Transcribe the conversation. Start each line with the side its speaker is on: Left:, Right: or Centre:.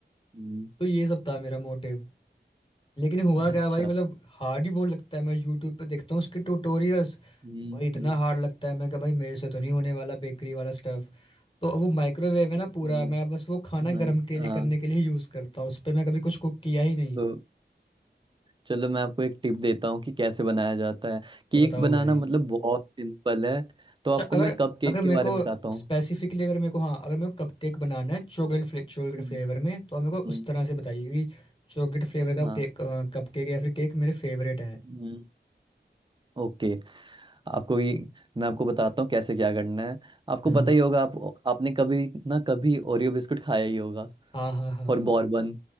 Right: हम्म
Left: तो ये सब था मेरा मोटिव लेकिन हुआ
Right: अच्छा
Left: क्या भाई मतलब हार्ड ही बहुत लगता है मैं यूट्यूब पे देखता हूँ उसके ट्यूटोरियल्स
Right: हम्म,
Left: भाई इतना
Right: हम्म,
Left: हार्ड लगता है मैं कहा भाई मेरे से तो नहीं होने वाला बेकरी वाला स्टफ तो अब वो माइक्रोवेव है ना
Right: हम्म,
Left: पूरा मैं बस वो खाना
Right: हाँ
Left: गर्म के लिए
Right: हाँ
Left: करने के लिए यूज़ करता हूँ उस पर मैं कभी कुछ कुक किया ही नहीं
Right: तो चलो मैं आपको एक टिप देता हूँ कि कैसे बनाया जाता है केक
Left: तो बताओ
Right: बनाना
Left: भाई
Right: मतलब बहुत सिंपल है तो आपको
Left: अच्छा,
Right: मैं
Left: अगर
Right: कप केक
Left: अगर मेरे
Right: के बारे
Left: को
Right: में बताता हूँ
Left: स्पेसिफिकली अगर मेरे को हाँ अगर मेरे को कपकेक बनाना है चॉकलेट फ्ले, चॉकलेट
Right: हम्म,
Left: फ्लेवर में तो आप मेरे
Right: हम्म,
Left: को उस तरह से बताइए कि चॉकलेट फ्लेवर का
Right: हाँ
Left: केक कपकेक या फिर केक मेरे फेवरेट हैं
Right: हम्म, ओके आपको ये मैं आपको बताता हूँ कैसे क्या करना है आपको
Left: हम्म
Right: पता ही होगा आप आपने कभी ना कभी ओरियो बिस्कुट खाया ही होगा
Left: हाँ हाँ हाँ
Right: और बॉर्बन